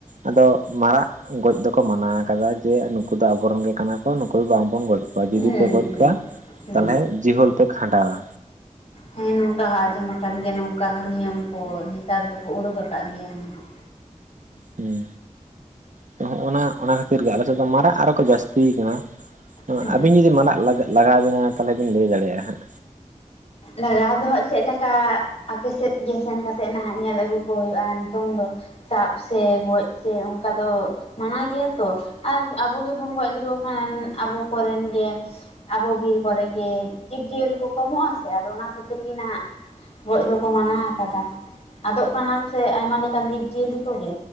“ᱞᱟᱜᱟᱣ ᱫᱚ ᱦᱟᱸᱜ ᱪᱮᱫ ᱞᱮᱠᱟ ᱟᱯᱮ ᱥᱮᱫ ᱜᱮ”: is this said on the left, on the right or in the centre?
Left